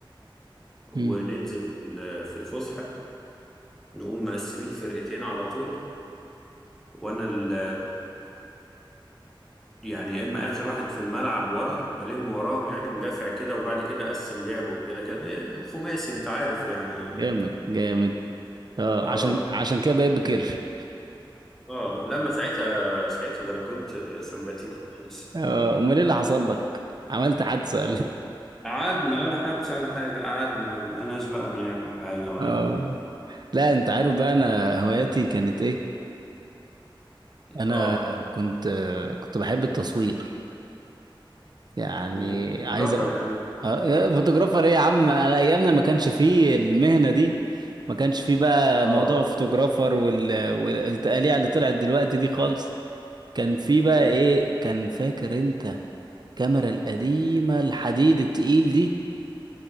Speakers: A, in the centre; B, on the right.
A: وننزل
B: امم
A: في ال- في الفسحه نقوم مقسمين فرقتين على طول وانا ال يعني يا اما اخر واحد في الملعب ورا بلم وراهم يعني مدافع كده وبعد كده اقسم لعب وكده كان إيه الخماسي انت عارف يعني
B: جامد جامد اه
A: اه
B: عشان عشان كده بقيت بكير
A: اه لما ساعتها ساعتها ده انا كنت سمباتيك خالص
B: اه امال ايه اللي حصل لك عملت حادثه ولا إيه؟
A: قعدنا ولا حتى ولا حاجة قعدنا ما بقناش بقى بنعمل حاجة ولا
B: آه
A: بن
B: لا انت عارف بقى انا هواياتي كانت ايه انا
A: اه
B: كنت كنت بحب التصوير يعني
A: امم كنت
B: عايز
A: برافر
B: أ...
A: يا عم
B: آه، يا فوتوغرافر ايه يا عم على ايامنا ما كانش فيه المهنه دي ما كانش فيه بقى
A: اه
B: موضوع الفوتوغرافر وال... والتقاليع اللي طلعت دلوقتي دي خالص كان فيه بقى
A: مم.
B: ايه كان فاكر انت الكاميرا القديمه الحديد التقيل دي